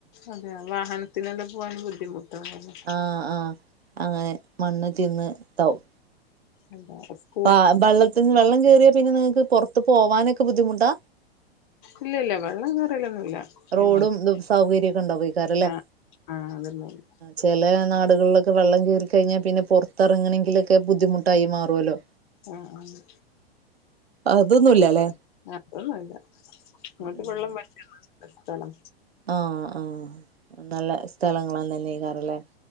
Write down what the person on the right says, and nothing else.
ആഹ് ആഹ് അങ്ങനെ മണ്ണ് തിന്ന് താവും
ആഹ് ബള്ളത്തിന് വള്ളം കേറ്യാ പിന്നെ നിങ്ങക്ക് പൊർത്ത് പോവാനൊക്കെ ബുദ്ധിമുട്ടാ?
റോഡും
തും സൗകര്യൊക്കെ ണ്ടാവെക്കാരല്ലേ
ചെലെ നാടുകളിലൊക്കെ വെള്ളം കേറി ക്കഴിഞ്ഞാ പിന്നെ പൊർത്തർങ്ങണെങ്കിലൊക്കെ ബുദ്ധിമുട്ടായി മാറോല്ലോ.
അതൊന്നുല്ല ല്ലേ
ഉം
ആഹ് ആഹ് നല്ല സ്ഥലങ്ങളെന്നന്നെക്കാര ല്ലേ